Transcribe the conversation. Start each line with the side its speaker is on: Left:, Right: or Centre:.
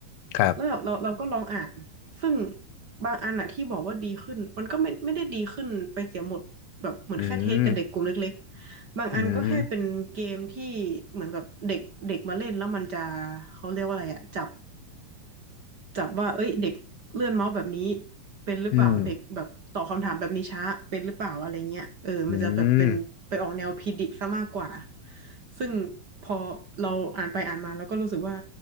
Left: ครับ
Right: แล้วแบบเราเราก็ลองอ่านซึ่งบางอันอะที่บอกว่าดีขึ้นมันก็ไม่ไม่ได้ดีขึ้นไปเสียหมดแบบเหมือนแค่เทสกับเด็กกลุ่มเล็กๆบางอันก็แค่เป็นเกมที่เหมือนแบบเด็กเด็กมาเล่นแล้วมันจะ
Left: อืมอืม
Right: เขาเรียกว่าอะไรอะจับจับว่าเอ้ยเด็กเลื่อนเมาส์แบบนี้เป็นหรือเปล่าเด็กแบบตอบคำถามแบบนี้ช้าเป็นหรือเปล่าอะไรเงี้ยเออมันจะแบบเป็นไปออกแนวพีดิกซะมากกว่า
Left: อืม <laughs> อืม
Right: ซึ่งพอเราอ่านไปอ่านมาเราก็รู้สึกว่า